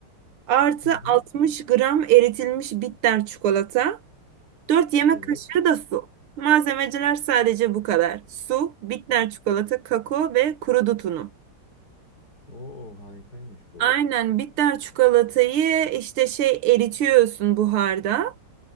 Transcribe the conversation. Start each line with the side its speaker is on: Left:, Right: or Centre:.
Right: Artı
Left: Hı hı.
Right: 60 gram eritilmiş bitter çikolata. dört yemek
Left: Evet.
Right: kaşığı da su. Malzemeciler sadece bu kadar. Su, bitter çikolata, kakao ve kuru dut unu.
Left: Oo harikaymış bu.
Right: Aynen bitter çikolatayı işte şey eritiyorsun buharda.